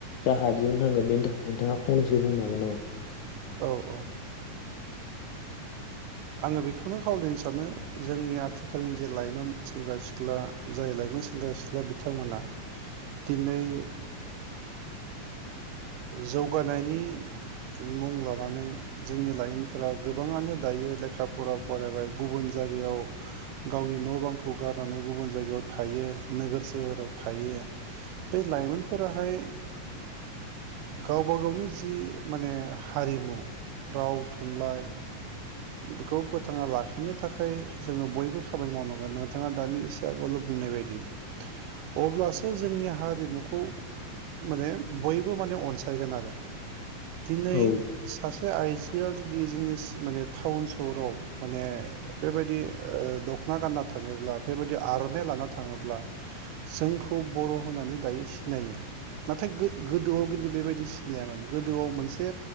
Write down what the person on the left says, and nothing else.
राहा दिहुननो नांगोन बेनि थाखाय नोंथाङा फंनैसो बुंनो हागोन नामा।
औ